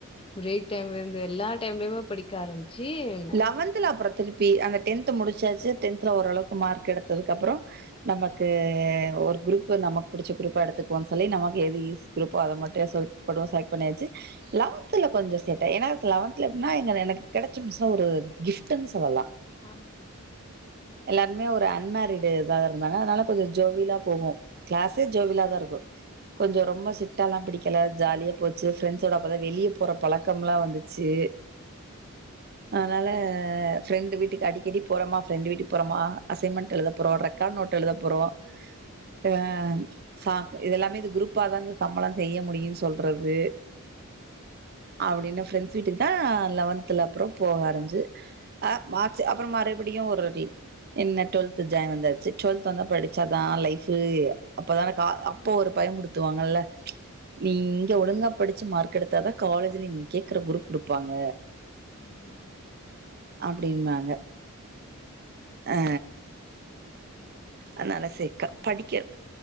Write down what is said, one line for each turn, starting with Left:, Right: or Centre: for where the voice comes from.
Left: ப்ரேக் டைம்ல இருந்து எல்லா டைம்லயுமே படிக்க ஆரம்பி சீன்
Right: லெவன்த்ல அப்றோ திருப்பி அந்த டென்த் முடிச்சாச்சு டென்த்துல ஓரளவுக்கு மார்க் எடுத்ததுக்கப்றோ நமக்கு அ ஒரு குரூப்பு நமக்கு புடிச்ச குரூப்பா எடுத்துக்குவோ சொல்லி நமக்கு எது ஈஸி குரூப்போ அத மட்டு சொட் <unintelligible> சேலக்ட் பண்ணியாச்சு லெவத்துல கொஞ்சோ சேட் ஏனா லவன்த்துல எப்டினா எங்கன எனக்கு கெடச்ச மிஸ் என்ன ஒரு கிஃப்ட்டுன் சொல்லலா
Left: ஆ
Right: எல்லாருமே ஒரு அன் மேரிடு இதா இருந்தாங்க அதனால கொஞ்ச ஜோவிலா போகு கிளாஸே ஜோவிலாதா இருக்கு கொஞ்சோ ரொம்ப சிட் டாலா பிடிக்கல ஜாலியா போச்சு ஃப்ரெண்ட்ஸோட அப்பதா வெளிய போற பழக்கம்லா வந்துச்சு அதனால ஃப்ரெண்ட் வீட்டுக்கு அடிக்கடி போறோமா ஃப்ரெண்டு் வீட்டுக்கு போறோமா அசைன்மெண்ட் எழுத போறோ ரெக்கார்டு நோட் எழுத போறோ ஆ சா இத எல்லாமே இது குரூப்பாதா இந்த சம் எல்லா செய்ய முடியும்னு சொல்றது அப்படின்னு ஃப்ரெண்ட்ஸ் வீட்டுக்கு தான் லெவன்தல அப்றோ போக ஆரம்பிச்சி ஆ மார்ச்சு அப்புறம் மாரிட் அப்படியு ஒரு வரி என்ன டுவெல்த் ஜாலியா வந்தாச்சு டுவெல்த் வந்து படிச்சாதா லைஃப்பு அப்பதானே கா அப்ப ஒரு பயம்புடுத்துவாங்கல்ல நீ இங்க ஒழுங்கா படிச்சு மார்க் எடுத்தாதா காலேஜ்ல நீங்க கேக்குற குரூப் குடுப்பாங்க
Left: உஹம்
Right: அப்டின்னாங்க அ அதனால சேக்க படிக்க